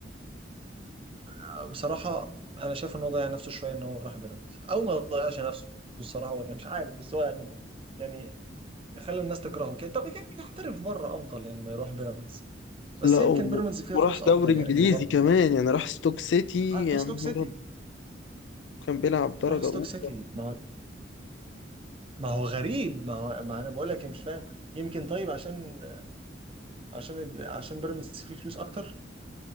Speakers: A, on the right; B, on the left.
A: أنا بصراحة انا شايف ان هو ضيع نفسه شوية ان هو راح بيراميدز او ما ضيعش نفسه الصراحة هو كان مش عارف بس هو يعني يعني خلى الناس تكرهه كده طب كان يحترف بره افضل يعني ما يروح بيراميدز بس
B: لا
A: يمكن
B: وم-
A: بيراميدز فيها
B: وراح
A: فلوس افضل
B: دوري انجليزي
A: يعني من بره
B: كمان يعني راح ستوك سيتي
A: راح
B: يا
A: ستوك
B: نهار
A: سيتي
B: أبيض، كان بيلعب درجه
A: راح ستوك
B: اولى
A: سيتي ما هو ما هو غريب ما هو ما انا بقول لك يعني مش فاهم يمكن طيب عشان عشان عشان بيراميدز فيه فلوس اكتر